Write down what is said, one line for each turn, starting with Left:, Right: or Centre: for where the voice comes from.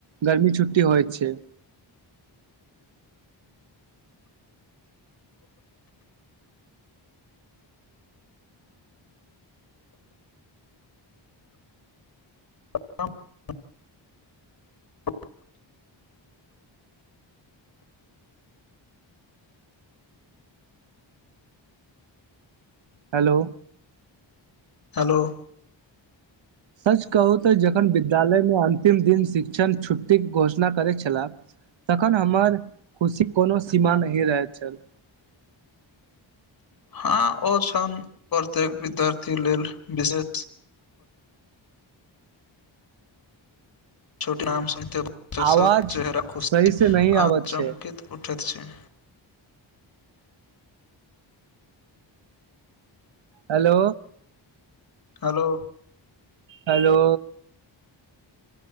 Right: गर्मी छुट्टी होइत छै
Left: <inaudible>
Right: हेलो
Left: हेलो
Right: सच कहू तऽ जखन विद्यालयमे अन्तिम दिन शिक्षण छुट्टी के घोषणा करै छलाह तखन हमर खुशी कोनो सीमा नहि रहैत छल
Left: हँ ओ छन प्रत्येक विद्यार्थी लेल विशेष छोट नाम सूनते बच्चो सब
Right: आवाज
Left: चेहरा खुशी
Right: सही से नहि
Left: आ
Right: आबत
Left: चमकैत
Right: छै
Left: उठै छै
Right: hello
Left: hello
Right: hello